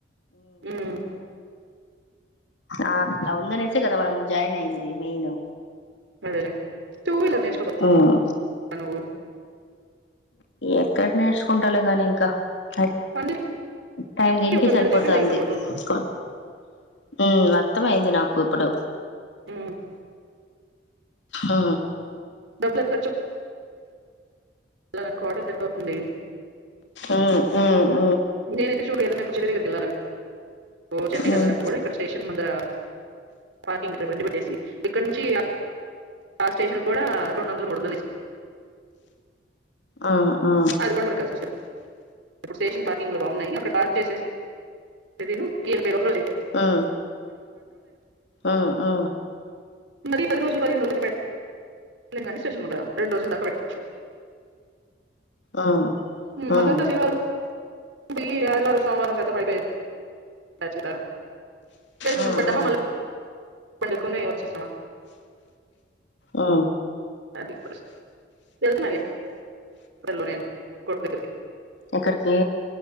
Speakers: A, on the right; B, on the left.
A: ఉమ్,
B: ఆ అలా ఉందనేసే కదా మనం జాయిన్ అయింది నేను
A: అదేలేే టు వీలర్ నేర్చుకో
B: ఉమ్
A: <inaudible> నేను
B: ఎక్కడ నేర్చుకుంటాల కాని ఇంకా అ
A: అన్నిటికీ
B: టైం దీనికి
A: ఒకరి
B: సరిపోతుంది
A: మీద డిపెండ్ అయి ఉండకూడదు
B: ఉ అర్థం అయింది నాకు ఇప్పుడు
A: హు
B: ఆ
A: డబ్బులు ఎంత ఇలా నన్ కాటర్స్ కెంత అవుతుంది
B: ఆ ఆ
A: నేనైతె చూడ్లేదు నాకు చెట్టు దగ్గరికి వెళ్దారని ఓ చెన్నైకి
B: ఉమ్
A: ఎళ్ళాలంటే కూడ ఇక్కడ స్టేషన్ ముందరా పార్కింగ్ ఇక్కడ బంది ఏసి ఇక్కడ నుంచి అ ఆ స్టేషన్ కూడా రెండొందలు మూడొందలు తీస్కో
B: ఆ ఆ
A: అది కూడా మనకు కలిసి వస్తుంది ఇప్పుడు స్టేషన్ తాక్ ఇండ్లు బాన్నాయి అక్కడ టాస్క్ చేసేసి అధీను ఇంకేదొ ఒకట్చేసి
B: ఆ ఆ ఆ
A: మరిీ పది రోజులు పదిహేనురోజులైతె బ్యాక్ తెలంగాణ స్టేషన్ ఉండ్రా రెండు రోజుల్దాకా పెట్టొచ్చు
B: ఉమ్
A: ఉ
B: ఉమ్
A: అదంత సిల్వర్ బెయ్యి ఆదివారం సోమ్వారం దచ్చప్ అయితే కచ్చిత స్టేషన్
B: ఆ
A: ముంద్ పెట్టమ్మ
B: ఆ
A: మళ్ళ పండకున్నె వచ్చేస్తావా
B: ఆ
A: అది పరిస్థి తెల్స్ నాయె తిందు నేను కొర్రె ఫెఫ్టీ
B: ఎక్కడికీ